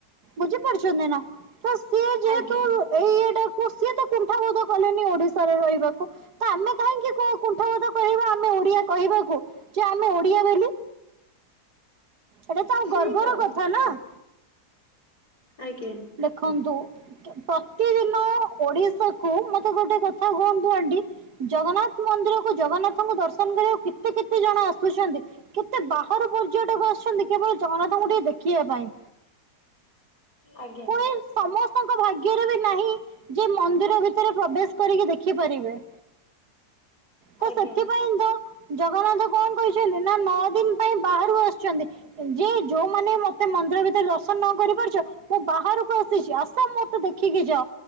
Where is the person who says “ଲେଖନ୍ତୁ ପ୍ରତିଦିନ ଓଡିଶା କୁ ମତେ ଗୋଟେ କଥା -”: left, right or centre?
Right